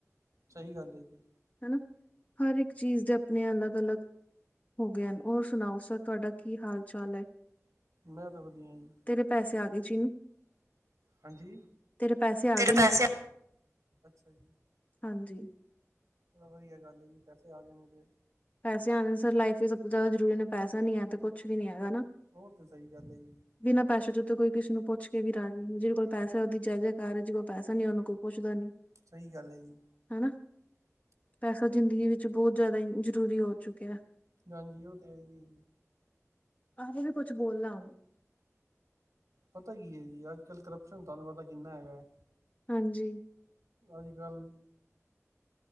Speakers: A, on the right; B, on the left.
A: ਸਹੀ ਗੱਲ ਹੈ ਜੀ।
B: ਹਨਾ, ਹਰ ਇੱਕ ਚੀਜ਼ ਦੇ ਆਪਣੇ ਅਲੱਗ- ਅਲੱਗ। ਹੋ ਗਿਆ ਏ, ਹੋਰ ਸੁਣਾਓ ਸਰ ਤੁਹਾਡਾ ਕੀ ਹਾਲ -ਚਾਲ ਹੈ।
A: ਮੈਂ ਤਾਂ ਵਧੀਆ ਜੀ।
B: ਤੇਰੇ ਪੈਸੇ ਆ ਗਏ ਜਿਹਨੂੰ।
A: ਹਾਂਜੀ,
B: ਪੈਸੇ ਆ
A: ਅੱਛਾ
B: ਗਏ ਨੇ
A: ਜੀ।
B: ਹਾਂਜੀ।
A: ਬੜਾ ਵਧੀਆ ਗੱਲ ਹੈ ਜੀ, ਪੈਸੇ ਆ ਗਏ ਨੇ ਤੇ।
B: ਪੈਸੇ ਆਉਣੇ ਸਰ ਲਾਈਫ ਵੀ ਸਭ ਤੋਂ ਜ਼ਿਆਦਾ ਜ਼ਰੂਰੀ ਨੇ, ਪੈਸਾ ਨੀ ਹੈ ਤੇ ਕੁਛ ਵੀ ਨੀ ਹੈਗਾਾ।
A: ਹੋਰ ਤੇ ਸਹੀ ਗੱਲ ਹੈ ਜੀ।
B: ਬਿਨਾਂ ਪੈਸੇ ਤੋਂ ਉੱਤੇ ਕੋਈ ਕਿਸੇ ਨੂੰ ਪੁੱਛ ਕੇ ਵੀ ਰਾਜੀ ਨਹੀ, ਜਿਹਦੇ ਕੋਲ ਪੈਸਾ ਉਹਦੀ ਜੈ ਜੈ। ਘਰ 'ਚ ਕੋਈ ਪੈਸਾ ਨੀ, ਉਹਨੂੰ ਕੋਈ ਪੁੱਛਦਾ ਨੀ।
A: ਸਹੀ ਗੱਲ ਜੀ।
B: ਹਨਾ, ਪੈਸਾ ਜ਼ਿੰਦਗੀ ਵਿੱਚ ਬਹੁਤ ਜ਼ਿਆਦਾ ਜ਼ਰੂਰੀ ਹੋ ਚੁੱਕਿਆ।
A: ਹਾਂਜੀ, ਉਹ ਤੇ ਹੈ ਜੀ।
B: ਆਗੇ ਵੀ ਕੁੱਛ ਬੋਲ ਨਾ ਹੁਣ।
A: ਪਤਾ ਕੀ ਹੈ ਜੀ, ਅੱਜ- ਕੱਲ੍ਹ ਕਰਪਸ਼ਨ ਤੁਹਾਨੂੰ ਪਤਾ ਕਿੰਨਾ ਹੈਗਾ।
B: ਹਾਂਜੀ।
A: ਅਜ- ਕੱਲ੍ਹ।